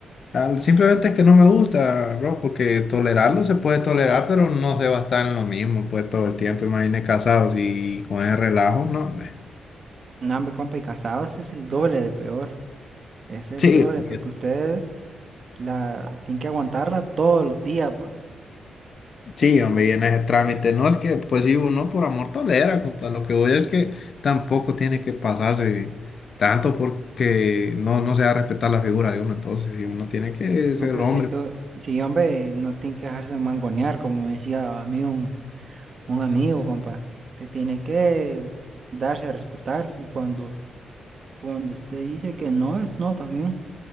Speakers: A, on the left (about 55°); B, on the right (about 45°).
A: al- simplemente es que no me gusta, bro, porque tolerarlo se puede tolerar, pero no se va a estar en lo mismo, pues todo el tiempo, imagine casados y con ese relajo, no, hombre.
B: No, hombre, compa, y casados es el doble de peor. Es el
A: Sí,
B: doble,
A: hombre,
B: porque usted la tiene que aguantarla todos los días, pa.
A: sí, hombre, y en ese trámite, no es que, pues sí, uno por amor tolera, compa, lo que voy es que tampoco tiene que pasarse tanto porque no, no se va a respetar la figura de uno, entonces, y uno tiene que
B: No,
A: ser
B: pues
A: hombre,
B: es que, sí, hombre, no tiene que dejarse mangonear, como me decía a mí un, un amigo, compa. Usted tiene que darse a respetar y cuando, cuando usted dice que no es no también.